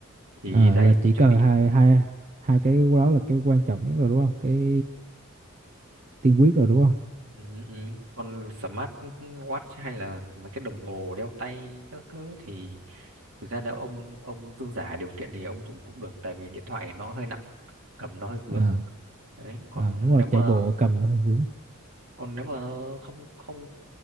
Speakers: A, on the right; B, on the right.
A: thì
B: ờ,
A: đấy
B: là
A: mình
B: chỉ
A: chuẩn
B: cần
A: bị
B: hai hai hai cái đó là cái quan trọng nhất rồi đúng không cái tiên quyết rồi đúng không
A: Ừ, ừ. Còn smart watch hay là mấy cái đồng hồ đeo tay các thứ thì thực ra nếu ông ông dư giả điều kiện thì ông dùng cũng được tại vì điện thoại nó hơi nặng cầm nó hơi vướng
B: à,
A: đấy còn
B: à đúng rồi
A: nếu mà
B: chạy bộ cầm cái hơi vướng
A: còn nếu mà không không